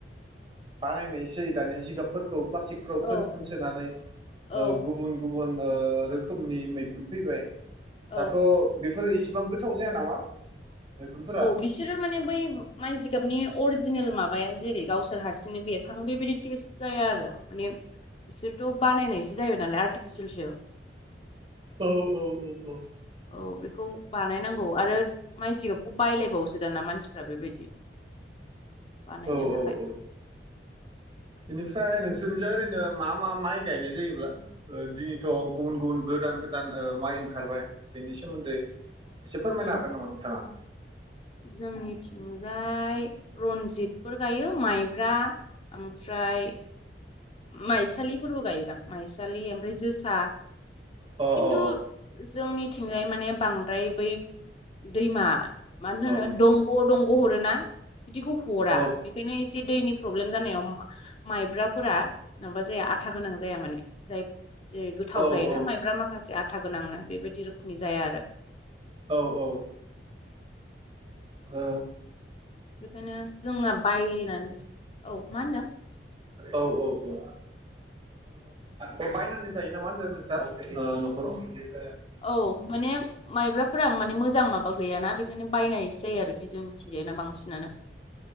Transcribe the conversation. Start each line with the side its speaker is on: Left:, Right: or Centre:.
Right: बानायनायसै दानिया जिगाबफोरखौ प्लास्टिकफोराव
Left: औ
Right: थोन-थोन सोनानै
Left: औ
Right: ओ गुबुन गुबुन ओ रोखोमनि मैखुन फैबाय।
Left: औ
Right: दाथ' बेफोर इसे एसेबां गोथाव जाया नामा? मैखुनफोरा
Left: औ बिसोरो माने बै माइ जिगाबनि अरजिनेल माबाया जेरै- गावसोर हारसिंनो बेरखाङो बेबायदि टेस्ट जाया आरो माने बिसोरो बानायनायसो जाहैबाय नालाय आर्टिफिसियेलसो।
Right: औ औ औ औ।
Left: औ बेखौ बानायनांगौ आरो माइ जिगाब खौ बायलायबावोसो दाना मानसिफ्रा बेबायदि। बानायनो
Right: औ
Left: थाखाय
Right: औ औ। बेनिफ्राय नोंसोरनिजा ओरैनो मा मा माइ गायनाय जायोब्ला दिनैथ' गुबुन गुबुन गोदान गोदान ओ माइ ओंखारबाय बेनि सोमोन्दै। एसे फोरमायनो
Left: उम
Right: हागोन नामा नोंथाङा?
Left: जोंनिथिंजाय रन्जित। फोर गायो माइब्रा ओमफ्राय माइसालिफोरबो गायोदां माइसालि ओमफ्राय जोसा।
Right: अ
Left: खिन्थु
Right: अ
Left: जोंनि थिंजाय माने बांद्राय बै दैमा मा होनो
Right: अ
Left: दंग' दं। ग' हरोना? बिदिखौ हरा
Right: औ
Left: बेखायनो एसे दैनि प्रब्लेम जानायाव मा माइब्राफोरा। नङाबा जाया आथा गोनां जाया माने जाय जेरै गोथाव
Right: औ
Left: जायोना माइब्रा माखासे आ आथा गोनांनो बेबायदि रोखोमनि जाया आरो।
Right: औ औ। ओ
Left: बेखायनो जोंना बायनानैसो औ मा होनदों।
Right: औ औ औ। ओ बायनानै जायो नामा होनदों नोंस्रा न'खराव?
Left: औ माने माइब्राफोरा माने मोजां माबा गैयााना बेखायनो बायनायसो जायो आरोखि जों मिथिंजाय ना बांसिनानो।